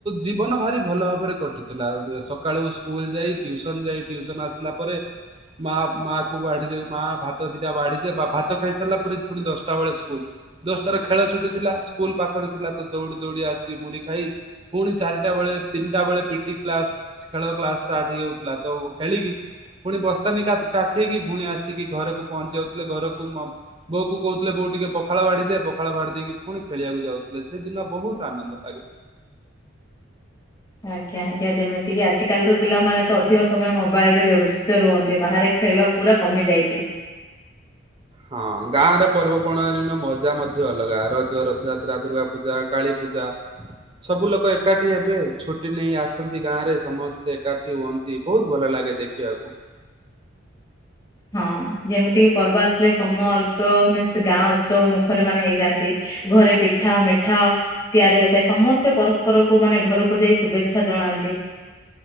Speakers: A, on the right; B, on the left.
A: ଜୀବନ ଭାରି ଭଲ ଭାବରେ କଟୁଥିଲା ସକାଳୁ ସ୍କୁଲ ଯାଇ ଟିଉସନ ଯାଇ ଟିଉସନ ଆସିଲା ପରେ ମା ମା କୁ ବାଢିଦ ମା ଭାତ ଦିଟା ବାଢିଦ ଭାତ ଖାଇସାରିଲା ପରେ ପୁଣି ଦଶଟା ବେଳେ ସ୍କୁଲ ଦଶଟାର ଖେଳ ଛୁଟି ଥିଲା ସ୍କୁଲ ପାଖରେ ଥିଲା ତ ଦୌଡ଼ି ଦୌଡ଼ି ଆସି ମୁଢ଼ି ଖାଇ ପୁଣି ଚାରିଟା ବେଳେ ତିନିଟା ବେଳେ ପିଟି କ୍ଲାସ ଖେଳ କ୍ଲାସ ଷ୍ଟାର୍ଟ ହେଇଯାଉଥିଲା ତ ଖେଳିକି ପୁଣି ବସ୍ତାନି କାଖେ କାଖେଇକି ପୁଣି ଆସିକି ଘରକୁ ପହଞ୍ଚି ଯାଉଥିଲେ ଘରକୁ ମ ବୋଉ କହୁଥିଲେ ବୋଉ ଟିକେ ପଖାଳ ବାଢ଼ୀ ପଖାଳ ଫାଦେଇକି ପୁଣି ଖେଳିବାକୁ ଯାଉଥିଲେ ସେ ଦିନ ବହୁତ ଆନନ୍ଦ ଲାଗେ।
B: ଆଜ୍ଞା ଆଜ୍ଞା ଯେମିତିକି ଆଜିକାଲି ର ପିଲାମାନେ ତ ଅଧିକ ସମୟ ମୋବାଇଲ ରେ ବ୍ୟବସ୍ଥିତ ରୁହନ୍ତି ବାହାରେ ଖେଳିବା ପୁରା କମି ଯାଇଛି।
A: ହଁ ଗାଁରେ ପର୍ବପର୍ବାଣିନ ମଜା ମଧ୍ୟ ଅଲଗା ରଜ, ରଥଯାତ୍ରା, ଦୁର୍ଗା ପୂଜା, କାଳୀ ପୂଜା ସବୁ ଲୋକ ଏକାଠି ହେବେ ଛୁଟି ନେଇ ଆସନ୍ତି ଗାଁ ରେ ସମସ୍ତେ ଏକାଠି ହୁଅନ୍ତି। ବହୁତ ଭଲ ଲାଗେ ଦେଖିବାକୁ।
B: ହଁ ଯେମିତିକି ପର୍ବ ଆସିଲେ ସମୋର୍ଗନ୍ସ ଗାଁ ଉତ୍ସବ ମୁଖରେ ମାନେ ହେଇଯାଆନ୍ତି। ଘରେ ପିଠା ମିଠା ତିଆରି ହୋଇଥାଏ ସମସ୍ତେ ପରସ୍ପରକୁ ମାନେ ଘରକୁ ଯାଇ ଶୁଭେଚ୍ଛା ଜଣାନ୍ତି।